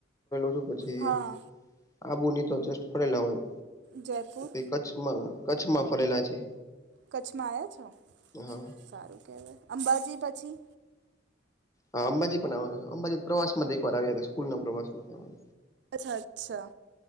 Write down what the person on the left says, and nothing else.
છે <unintelligible> પછી
આબુંની તો જસ્ટ <unintelligible> પેલા હોય
પહી કચ્છમાં કચ્છમાં ફરેલા છે.
હા
હા અંબાજી પણ આવેલો અંબાજી પ્રવાસમાંથી એક વાર આવ્યો તો સ્કૂલના પ્રવાસમાં